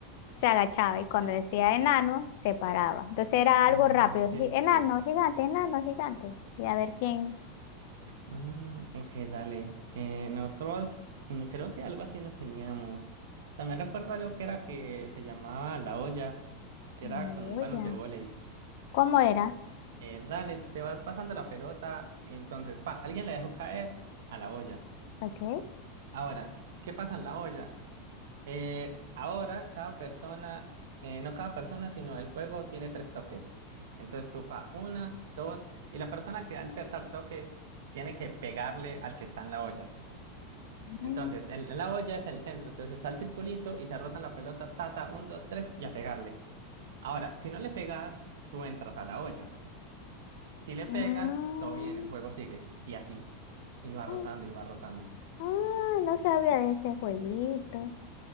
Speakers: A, on the left; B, on the right.
A: se agachaba y cuando decía enano, se paraba. Entonces era algo
B: Ah,
A: rápido,
B: sí,
A: gi-
B: sí,
A: enano,
B: sí.
A: gigante, enano, gigante. Y a ver quién...
B: Mm, ok, dale. Eh, nosotros mm, creo que algo así no teníamos. También recuerdo algo que era que se llamaba la olla, que
A: No,
B: era con un balón
A: ya.
B: de vóley.
A: ¿Cómo era?
B: Eh, dale, te vas pasando la pelota, entonces, pa, alguien la dejó caer a la olla.
A: Ok.
B: Ahora, ¿qué pasa en la olla? Eh, ahora cada persona, eh, no cada persona, sino el juego tiene tres toques. Entonces tú fa una, dos, y la persona que da el tercer toque tiene que pegarle al que está en la olla. Entonces,
A: Mm,
B: en en la olla es el centro, entonces está el circulito y se rota la pelota, tata, un, dos, tres, y a pegarle. Ahora, si no le pegas, tú entras a la olla. Si le
A: mm,
B: pegas, todo bien, el juego sigue, y así. Y va
A: mm,
B: rotando y va rotando.
A: ah, no sabía de ese jueguito.